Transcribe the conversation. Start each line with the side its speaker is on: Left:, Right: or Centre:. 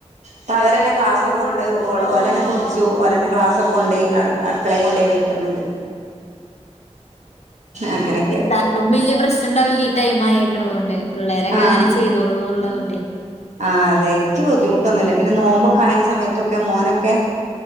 Right: പ്പ അവരന്നെ ക്ലാസൊക്കെ
Left: അള്ളാ
Right: കൊണ്ട് ഓല്
Left: അള്ളാഹു
Right: ഓലന്നെ കുടിച്ചു ഓലന്നെ ക്ലാസക്കെ കൊണ്ടയി അടു അടുക്കളെ കൊണ്ടോയി വെക്കുന്നുണ്ട് അങ്ങനെയൊക്കെ
Left: ത്താക്കും വലിയ പ്രശ്നംണ്ടാവ ലീടൈം ആയേക്കെണെത്കൊണ്ട് പിള്ളേരൊക്കങ്ങനെ
Right: ആഹ്
Left: ചെയ്തോളൂള്ളതൊണ്ടൈ
Right: ആഹ് അതെ എനിക്ക് ബുദ്ധിമുട്ടൊന്നുമില്ല പിന്നെ നോമ്പ കായ സമയത്തൊക്കെ മോനൊക്കെ